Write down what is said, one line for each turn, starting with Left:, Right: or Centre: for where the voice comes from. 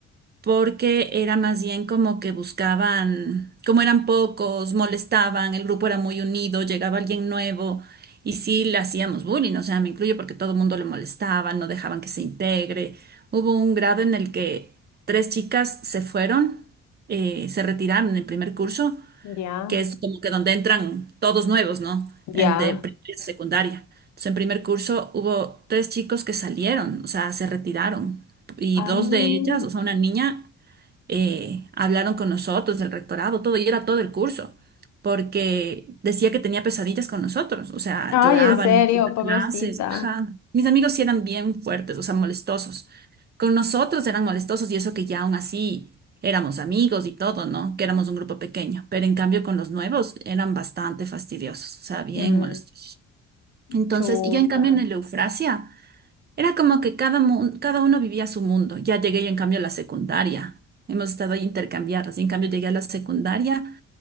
Right: porque era más bien como que buscaban, como eran pocos, molestaban, el grupo era muy unido, llegaba alguien nuevo y sí le hacíamos bullying, o sea, me incluyo porque todo el mundo le molestaba, no dejaban que se integre. Hubo un grado en el que tres chicas se fueron, eh, se retiraron en el primer curso,
Left: Ya,
Right: que es como que donde entran todos nuevos, ¿no? El
Left: Ya.
Right: de primaria y secundaria. Entonces, en primer curso hubo tres chicos que salieron, o sea, se retiraron. Y
Left: ah,
Right: dos de ellas, o sea, una niña eh, hablaron con nosotros del rectorado, todo, y era todo el curso, porque decía que tenía pesadillas con nosotros, o sea,
Left: ay,
Right: lloraban
Left: en serio,
Right: en las
Left: pobrecita,
Right: clases, ajá. Mis amigos sí eran bien fuertes, o sea, molestosos. Con nosotros eran molestosos y eso que ya aún así éramos amigos y todo, ¿no? Que éramos un grupo pequeño, pero en cambio con los nuevos eran bastante fastidiosos, o sea, bien
Left: Mm.
Right: molestosos. Entonces,
Left: chuta.
Right: y yo en cambio en el Eufrasia. Era como que cada, mu- cada uno vivía su mundo. Ya llegué yo en cambio a la secundaria. Hemos estado ahí intercambiadas. Y en cambio llegué a la secundaria,